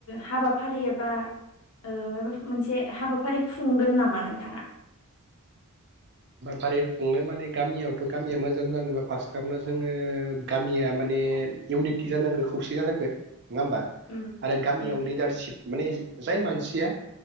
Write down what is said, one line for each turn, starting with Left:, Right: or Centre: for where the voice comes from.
Left: हाबाफारि एबा ओ माबाफोर मोनसे हाबाफारि खुंगोन नामा नोंथाङा?
Right: फारै खुंनो माने गामियावथ' गामिया मोजां जानोबा फार्स्टआवनो जोङो गामिया माने इउनिटि जानांगौ खौसे जानांगो नङा होमबा
Left: उम
Right: आरो गामियाव
Left: उम
Right: लिडारसिभ माने जाय मानसिया